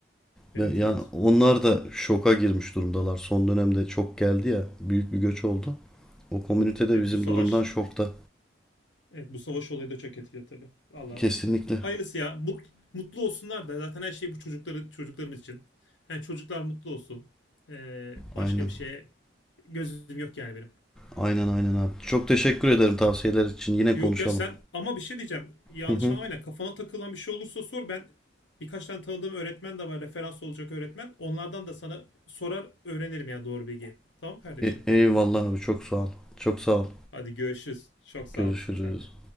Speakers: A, on the left; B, in the centre.
A: Evet
B: Ve yani
A: evet.
B: onlar da şoka girmiş durumdalar. Son dönemde çok geldi ya, büyük bir göç oldu. O komünite de
A: Evet
B: bizim
A: bu savaş
B: durumdan şokta.
A: evet bu savaş olayı da çok etkili tabii. Valla
B: Kesinlikle.
A: hayırlısı ya. Mut, mutlu olsunlar da zaten her şey bu çocukları çocuklarımız için. Yani çocuklar mutlu olsun. Eee, başka
B: Aynen.
A: bir şeye gözüm yok yani benim.
B: Aynen aynen abi. Çok teşekkür ederim tavsiyeler için. Yine
A: Yok
B: konuşalım.
A: ya sen ama bir şey diyeceğim. Yanlış
B: Hı hı.
A: anlamayın. Kafana takılan bir şey olursa sor. Ben birkaç tane tanıdığım öğretmen de var. Referans olacak öğretmen. Onlardan da sana sorar öğrenirim ya doğru bilgi. Tamam kardeşim.
B: E- eyvallah abi çok sağ ol. Çok sağ ol.
A: Hadi görüşürüz. Çok sağ
B: Görüşürüz.
A: olasın sen de.